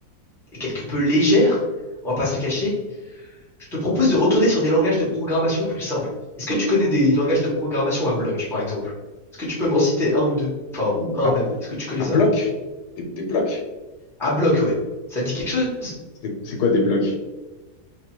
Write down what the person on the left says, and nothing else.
Ah,
un
bloc? Des, des blocs?
C'est c'est quoi des blocs?